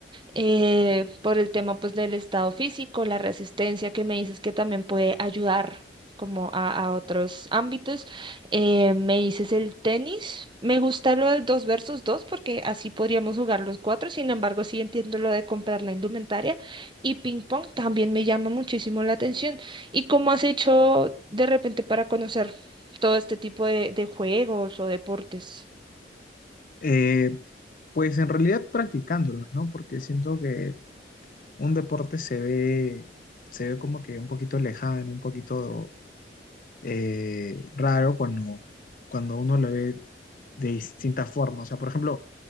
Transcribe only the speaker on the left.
eh, pues en realidad practicándolos, ¿no? Porque siento que un deporte se ve, se ve como que un poquito lejano, un poquito eh, raro cuando, cuando uno lo ve de distintas formas. O sea, por ejemplo,